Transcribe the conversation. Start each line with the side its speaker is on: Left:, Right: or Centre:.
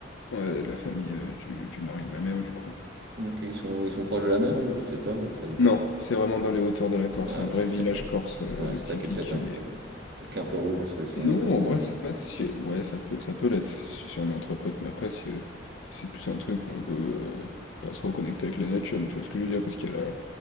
Left: Ouais, la famille euh, du, du mari de ma mère, du coup.
Right: Ok, ils sont, ils sont proches de la mer ou tu sais pas ou pas du tout?
Left: Non, c'est vraiment dans les hauteurs de la Corse,
Right: Ouais,
Left: un vrai
Right: c'est
Left: village
Right: ça qui est,
Left: corse euh,
Right: ouais, c'est
Left: typique.
Right: ça qui est peut-être un peu,
Left: Mais
Right: peut-être qu'un peu roux parce que si on
Left: non,
Right: est que dans
Left: en vrai,
Right: un ville.
Left: c'est pas si. Ouais, ça peut, ça peut l'être si si on est entre potes, mais après, si, euh, c'est plus un truc où on veut euh, pas se reconnecter avec la nature. Mais tu vois ce que je veux dire, parce qu'il y a la,